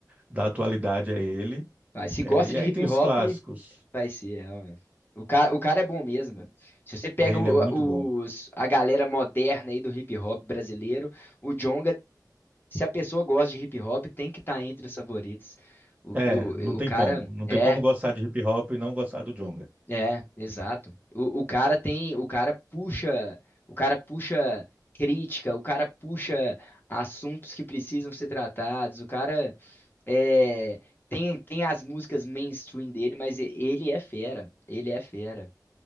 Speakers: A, on the right; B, on the left.
A: da atualidade é ele.
B: Vai, se
A: É,
B: gosta
A: e
B: de
A: aí
B: hip
A: tem os
B: hop,
A: clássicos.
B: vai ser. é, ó. o cara, o cara é bom mesmo, mano. Se você pega
A: É, ele
B: o-
A: é muito bom.
B: os, a galera moderna aí do hip hop brasileiro, o Djonga, se a pessoa gosta de hip hop, tem que estar entre os favoritos. O, o,
A: É, não tem
B: o cara
A: como. Não
B: é,
A: tem como gostar de hip hop e não gostar do Djonga.
B: é, exato. O, o cara tem, o cara puxa, o cara puxa crítica, o cara puxa assuntos que precisam ser tratados. O cara é, tem, tem as músicas mainstream dele, mas e- ele é fera. Ele é fera.